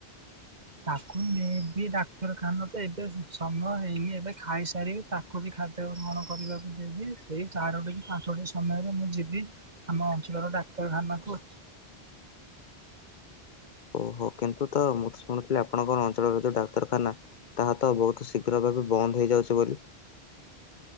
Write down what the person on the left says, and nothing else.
ଓହୋ କିନ୍ତୁ ତ ମୁଁ ତ ଶୁଣିଥିଲି ଆପଣଙ୍କର ଅଞ୍ଚଳରେ ଯୋଉ ଡାକ୍ତରଖାନା ତାହା ତ ବହୁତ ଶୀଘ୍ର ଏବେ ଏବେ ବନ୍ଦ ହେଇଯାଉଚି ବୋଲି।